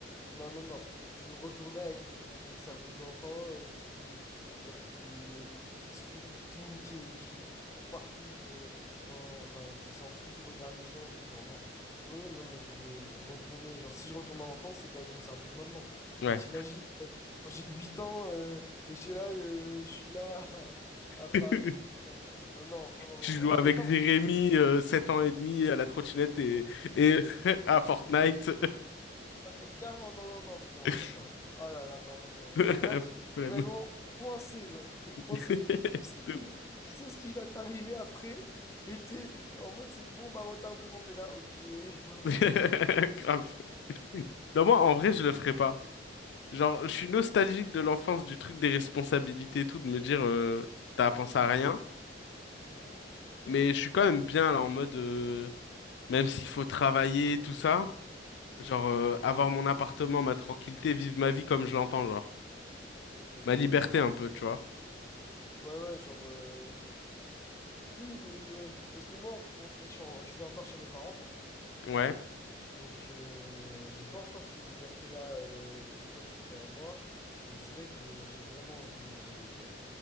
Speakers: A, on the left; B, on the left.
A: Non, non, non. Je veux retourner avec mon, mon cerveau d'enfant euh, qui, genre, qui, qui se fout de tout, qui, qui court partout, qui, quand, enfin, qui s'en fout du regard des gens et tout. Genre, non. Oui, oui, non, moi, je veux, je veux retourner. Genre, si je retourne en enfance, c'est pas avec mon cerveau de maintenant. Parce
B: Ouais.
A: que t'imagines, quand quand j'ai 8 ans, euh, et je suis là, euh, je suis là <laughs> à, à parler
B: <laughs>
A: de... Euh, non, non, non, non.
B: Tu joues
A: non. Ah,
B: avec
A: mais non,
B: Jérémy, euh, 7 ans et demi, à la trottinette et, et <laughs> à Fortnite.
A: Ah, mais clairement, non, non, non, mais non,
B: <laughs>
A: mais. Oh là là, non, non, non.
B: <laughs>
A: Parce que là, tu es
B: Flemme.
A: vraiment coincé, genre. T'es
B: <laughs>
A: coincé. Tu sais ce
B: De
A: qui, tu sais ce qui va t'arriver après, et t'es en mode, c'est une bombe à retardement. T'es là, ok, <laughs>
B: ouf. <laughs>
A: ok,
B: Grave. Non, moi, en
A: ok.
B: vrai, je le ferais pas. Genre, je suis nostalgique de l'enfance, du truc des responsabilités et tout, de me dire, euh, t'as à penser à rien.
A: mhm,
B: Mais je suis quand même bien, là, en mode, euh, même s'il faut travailler, tout ça,
A: mhm,
B: genre, euh, avoir mon appartement, ma tranquillité, vivre ma vie comme je l'entends, genre.
A: ok.
B: Ma liberté,
A: Ou-
B: un peu, tu vois.
A: Ouais, ouais, genre. euh, Oui, mais ouais. Parce que moi, en en fait, je, suis en- je vis encore chez mes parents, moi.
B: Ouais.
A: Donc, euh, j'ai pas encore cette liberté-là euh, que toi, tu peux avoir. Mais c'est vrai que, genre, j'ai vraiment envie de me.